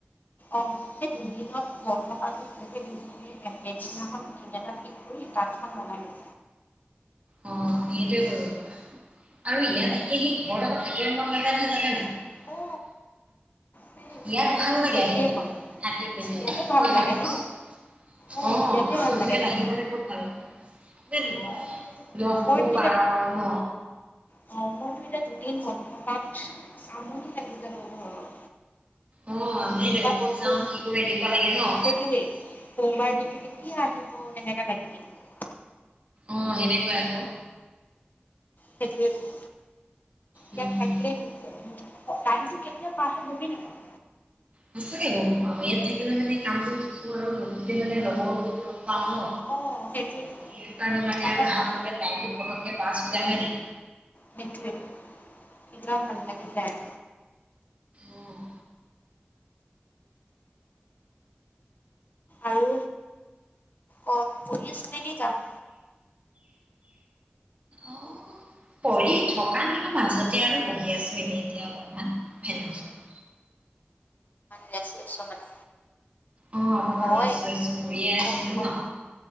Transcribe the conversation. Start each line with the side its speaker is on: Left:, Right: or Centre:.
Left: অ' সেইটোৱে সেই <unintelligible> এদিনাখন দিন এটা ঠিক কৰি তাঁতখন লগাই লওঁ।
Right: অহ' সেইটোৱেই কৰিব লোৱা। আৰু ইয়াত আহি আহি ঘৰত আকৌ থাকিব মন নাযায় নহয়, জানা নাই।
Left: অ চেম
Right: ইয়াত
Left: চেম
Right: ভাল
Left: মোৰ
Right: লাগে
Left: একেই
Right: আহি
Left: হয়
Right: থাকি পিনে,
Left: ইয়াতে ভাল
Right: হয় নাই
Left: লাগে
Right: কওঁচোন।
Left: ন অ
Right: অহ'
Left: ইয়াতে
Right: আপোনাৰ
Left: ভাল লাগে
Right: জেগাত
Left: থাকি
Right: আহি পেলাই বহুত ভাল লাগে। তাতে নেকি?
Left: অ
Right: লংকু
Left: মইতো এতিয়া
Right: পাহাৰৰ ন।
Left: অ মইতো এতিয়া দুদিন বন্ধ পাম, আমনি লাগি যাব ঘৰত।
Right: অহ' আমনি
Left: কোনোবা
Right: লাগে, কত যাওঁ
Left: কোন
Right: কি কৰো এনেকুৱা লাগে ন'।
Left: সেইটোৱে সোমবাৰ দিনতো কেতিয়া আহিব, তেনেকা লাগি থাকে।
Right: অহ' সেনেকুৱাই আকৌ।
Left: সেইটোৱেইটো,
Right: উম।
Left: ইয়াত থাকলে অ' টাইমটো কেতিয়া পৰ হয় গমেই নাপাওঁ।
Right: সচাঁকে গম নাপাওঁ, ইয়াত থাকিলে মানে কামটো শিকো আৰু লগতে মানে লগৰবোৰ‌ লগ পাওঁ ন'।
Left: অ' সেইটোৱেতো
Right: সেইটো কাৰণে
Left: কিবা
Right: মানে
Left: এটা
Right: আৰু ভালে
Left: ভাল
Right: টাইম পটকে পাছ হৈ যায় হয় নাই।
Left: সেইটোৱেই, কিমান ভাল লাগি যায়।
Right: অহ'।
Left: আৰু, ক-কৰি আছো নেকি কাম।
Right: অহ'। পঢ়ি থকা নাই, মাজতে আৰু বহি আছো এনেই এতিয়া অলপমান। ফানৰ ওচৰত।
Left: লে <unintelligible> চ মানে।
Right: অ' অকমান
Left: মই
Right: ৰেষ্ট লৈছো কৰিয়ে আছিলো
Left: অ', অ',
Right: ন।